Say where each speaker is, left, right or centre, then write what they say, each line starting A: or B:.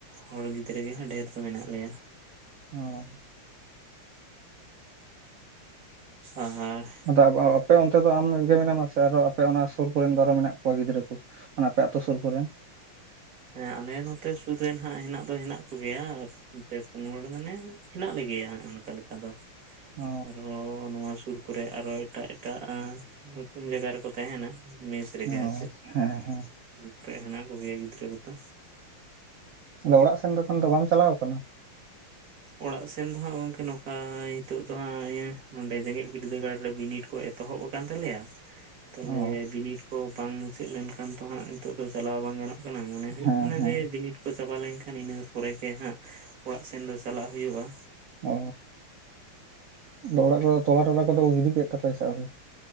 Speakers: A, on the right; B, on the right.
A: ᱦᱚᱲ ᱜᱤᱫᱽᱨᱟᱹ ᱜᱮ ᱦᱟᱸᱜ ᱰᱷᱮᱨ ᱫᱚ ᱢᱮᱱᱟᱜ ᱞᱮᱭᱟ
B: ᱚ
A: <inaudible>
B: ᱟᱫᱚ <inaudible> ᱟᱯᱮ ᱚᱱᱛᱮ ᱫᱚ ᱟᱢᱜᱮ ᱢᱮᱱᱟᱢᱟ ᱥᱮ ᱟᱨᱚ ᱟᱯᱮ ᱚᱱᱟ ᱥᱩᱨ ᱠᱚᱨᱮᱱ ᱫᱚ ᱟᱨᱚ ᱢᱮᱱᱟᱜ ᱠᱚᱣᱟ ᱜᱤᱫᱽᱨᱟᱹ ᱠᱚ ᱚᱱᱟ ᱟᱯᱮ ᱟᱛᱳ ᱥᱳᱨ ᱠᱚᱨᱮᱱ
A: ᱦᱮᱸ ᱟᱞᱮ ᱱᱚᱛᱮ ᱥᱩᱨ ᱨᱮᱱ ᱦᱟᱸᱜ ᱦᱮᱱᱟᱜ ᱫᱚ ᱦᱮᱱᱟᱜ ᱠᱚᱜᱮᱭᱟ ᱯᱮ ᱯᱩᱱ ᱦᱚᱲ ᱢᱟᱱᱮ ᱦᱮᱱᱟᱜ ᱞᱮᱜᱮᱭᱟ ᱦᱟᱸᱜ ᱚᱱᱠᱟ ᱞᱮᱠᱟ ᱫᱚ
B: ᱚ
A: ᱟᱨᱚ ᱚ ᱱᱚᱣᱟ ᱥᱩᱨ ᱠᱚᱨᱮ ᱟᱨᱚ ᱮᱴᱟᱜ ᱮᱴᱟᱜ ᱮᱸ ᱡᱟᱭᱜᱟ ᱨᱮᱠᱚ ᱛᱟᱦᱮᱱᱟ ᱢᱮᱥ ᱨᱮᱜᱮ
B: ᱚ
A: ᱟᱨ ᱪᱮᱫ
B: ᱦᱮᱸ ᱦᱮᱸ
A: ᱱᱚᱛᱮ ᱦᱮᱱᱟ ᱠᱚᱜᱮᱭᱟ ᱜᱤᱫᱽᱨᱟᱹ ᱠᱚᱫᱚ
B: ᱟᱫᱚ ᱚᱲᱟᱜ ᱥᱮᱱ ᱫᱚ ᱮᱠᱷᱚᱱ ᱫᱚ ᱵᱟᱢ ᱪᱟᱞᱟᱣ ᱠᱟᱱᱟ
A: ᱚᱲᱟᱜ ᱥᱮᱱ ᱫᱚ ᱦᱟᱸᱜ ᱜᱚᱝᱠᱮ ᱱᱚᱝᱠᱟ ᱱᱤᱛᱳᱜ ᱫᱚ ᱦᱟᱸᱜ ᱱᱚᱰᱮ ᱡᱮᱜᱮᱛ ᱵᱤᱨᱫᱟᱹᱜᱟᱲ ᱨᱮ ᱵᱤᱱᱤᱰ ᱠᱚ ᱮᱛᱚᱦᱚᱵ ᱾ ᱠᱟᱱ ᱛᱟᱞᱮᱭᱟ ᱛᱟᱞᱦᱮ
B: ᱚ
A: ᱵᱤᱱᱤᱰ ᱠᱚ ᱵᱟᱝ ᱢᱩᱪᱟᱹᱫ ᱞᱮᱱᱠᱷᱟᱱ ᱛᱚ ᱦᱟᱸᱜ ᱱᱤᱛᱚᱜ ᱫᱚ ᱪᱟᱞᱟᱣ ᱵᱟᱝ ᱜᱟᱱᱚᱜ ᱠᱱᱟ ᱢᱚᱱᱮ ᱦᱩᱭᱩᱜ
B: ᱦᱮᱸ
A: ᱛᱟᱱᱟ
B: ᱦᱮᱸ
A: ᱡᱮ ᱵᱤᱱᱤᱰ ᱠᱚ ᱪᱟᱵᱟ ᱞᱮᱱᱠᱷᱟᱱ ᱤᱱᱟᱹ ᱯᱚᱨᱮ ᱜᱮ ᱦᱟᱸᱜ ᱚᱲᱟᱜ ᱥᱮᱱ ᱫᱚ ᱪᱟᱞᱟᱜ ᱦᱩᱭᱩᱜᱼᱟ
B: ᱚ ᱟᱫᱚ ᱚᱲᱟᱜ ᱫᱚ ᱛᱚᱞᱟ ᱴᱚᱞᱟ ᱠᱚᱫᱚ ᱠᱚ ᱜᱤᱰᱤ ᱠᱮᱫ ᱛᱟᱯᱮᱭᱟ ᱥᱮ ᱵᱟᱝ